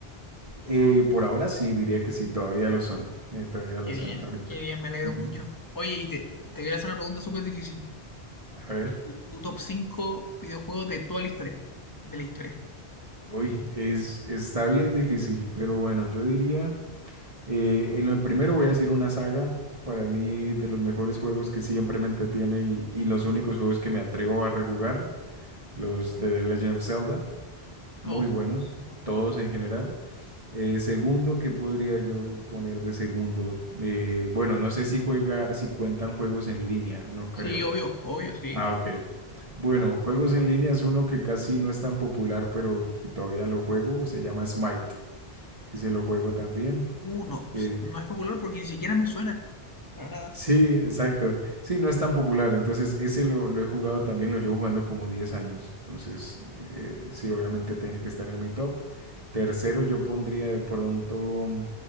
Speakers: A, on the right; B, on the left.
A: Eh, por ahora sí, diría que sí, todavía lo son. eh, todavía lo
B: Qué bien,
A: son ahorita.
B: qué bien, me alegro
A: Ujú.
B: mucho. Oye, y te, te voy a hacer una pregunta súper difícil.
A: A ver.
B: Tu, tu top 5 videojuegos de toda la historia, de la historia.
A: Uy, es, está bien difícil, pero bueno, yo diría, eh, en el primero voy a decir una saga, para mí de los mejores juegos que siempre me entretiene y, y los únicos juegos que me atrevo a rejugar, los de The Legend of Zelda, muy
B: Oh,
A: buenos, todos en general. Eh, segundo, ¿qué podría yo poner de segundo? Eh, bueno, no sé si juega, si cuentan juegos en línea, no creo.
B: Sí, obvio, obvio, sí.
A: Ah, ok. Bueno, juegos en línea es uno que casi no es tan popular, pero que todavía lo juego. Se llama Smite. Ese lo juego también.
B: Uh, no,
A: Eh,
B: no es popular porque ni siquiera me suena. Para nada.
A: sí, exacto. Sí, no es tan popular. Entonces, ese lo, lo he jugado también. Lo llevo jugando como 10 años. Entonces, eh, sí, obviamente tiene que estar en mi top. Tercero, yo pondría de pronto